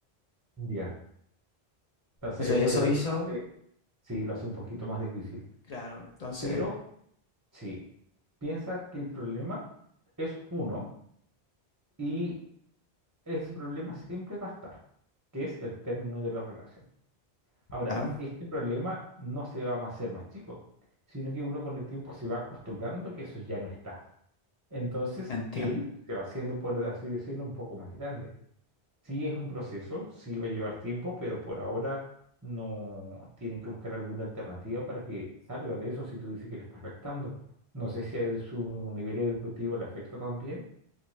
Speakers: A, on the right; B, on the left.
A: Ya. Entonces,
B: Entonces
A: eso
B: eso
A: es lo
B: hizo,
A: que lo hace, sí, lo hace un poquito más difícil.
B: claro, entonces,
A: Pero sí, piensa que el problema es uno y ese problema siempre va a estar, que es el término de la relación. Ahora,
B: claro,
A: este problema no se va a hacer más chico, sino que uno con el tiempo se va acostumbrando a que eso ya no está. Entonces
B: entiendo.
A: él se va haciendo, por así decirlo, un poco más grande. Sí es un proceso, sí va a llevar tiempo, pero por ahora no tienen que buscar alguna alternativa para que salga de eso si tú dices que le está afectando. No sé si a su nivel educativo le afecta también.